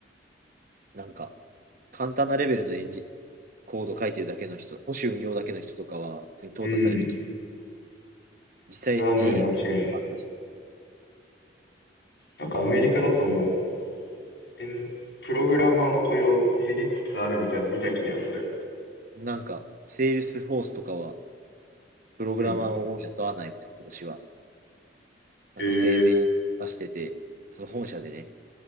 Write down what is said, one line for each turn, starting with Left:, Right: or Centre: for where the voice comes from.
Right: なんか簡単なレベルのエンジコード書いてるだけの人、保守運用だけの人とかは、普通に淘汰される気がする
Left: うん。
Right: 実際、
Left: それはね、
Right: 人生もあったし、
Left: 間違いない。なんかアメリカだともう、エンプログラマーの雇用減りつつあるみたいなの見た気がする。
Right: なんか、セールスフォースとかは、プログラマーをもう雇わないみたいな、
Left: うん。
Right: 今年は、なんか声明出してて、
Left: えー、
Right: その本社でね、